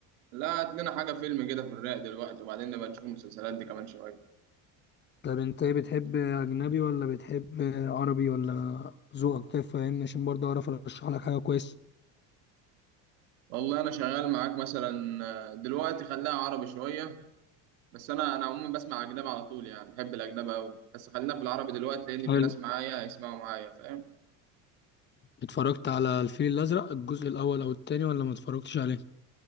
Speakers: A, on the right; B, on the left.
A: لا هات لنا حاجة فيلم كده في الرايق دلوقتي وبعدين نبقى نشوف المسلسلات دي كمان شوية
B: طب انت ايه بتحب اجنبي ولا بتحب عربي ولا ذوقك كيف فاهمني عشان برضه اعرف ارشح لك حاجه كويسه
A: والله انا شغال معاك مثلا آه، دلوقتي خليها عربي شوية بس انا انا عموما بسمع اجنبي على طول يعني بحب الاجنبي قوي بس خلينا في العربي دلوقتي لان
B: حلو
A: في ناس معايا هيسمعوا معايا فاهم
B: اتفرجت على الفيل الازرق الجزء الاول او التاني ولا ما اتفرجتش عليه